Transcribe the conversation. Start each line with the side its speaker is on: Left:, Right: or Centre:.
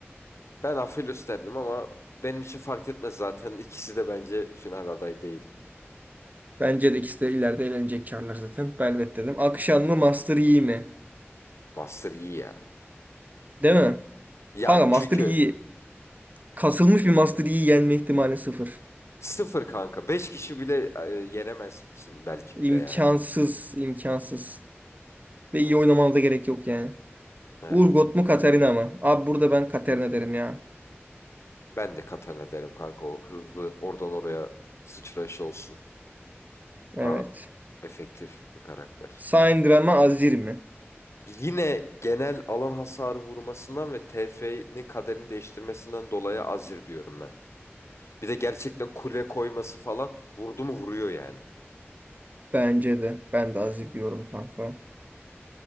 Left: Ben Aphelios derdim ama benim için fark etmez zaten. İkisi de bence final adayı değil.
Right: Bence de ikisi de ileride eğlenecek karlar zaten. Belvet dedim. Akşam mı Master Yi mi?
Left: Master iyi ya.
Right: Değil mi?
Left: Ya
Right: Kanka Master
Left: çünkü
Right: Yi kasılmış bir Master Yi yenme ihtimali sıfır.
Left: Sıfır kanka. Beş kişi bile e, yenemezsin belki
Right: İmkansız.
Left: bile yani.
Right: imkansız. Ve iyi
Left: Evet.
Right: oynamana da gerek yok yani.
Left: Evet.
Right: Urgot mu Katarina mı? Abi burada ben Katarina derim ya.
Left: Ben de Katana derim kanka. O hızlı oradan oraya sıçrayışı olsun.
Right: Evet.
Left: Daha efektif bir karakter.
Right: Syndra mı Azir mi?
Left: Yine genel alan hasarı vurmasından ve TF'nin kaderini değiştirmesinden dolayı Azir diyorum ben. Bir de gerçekten kule koyması falan vurdu mu vuruyor yani.
Right: Bence de. Ben de Aziz diyorum kanka.